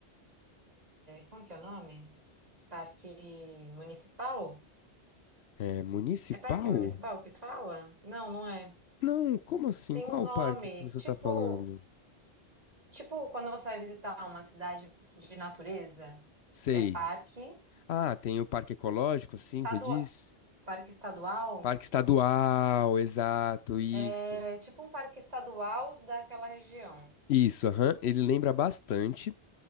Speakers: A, on the right; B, on the left.
A: Como que é o nome? Parque municipal?
B: é municipal?
A: É parque municipal que fala? Não, não é.
B: Não, como assim?
A: Tem
B: Qual
A: um nome,
B: o parque que você
A: tipo,
B: está falando?
A: tipo quando você vai visitar uma cidade de natureza,
B: Sei.
A: é parque
B: Ah, tem o parque ecológico, sim,
A: estadual,
B: você diz?
A: parque estadual,
B: Parque estadual, exato, isso.
A: é tipo um parque estadual daquela região.
B: Isso, aham, Ele lembra bastante.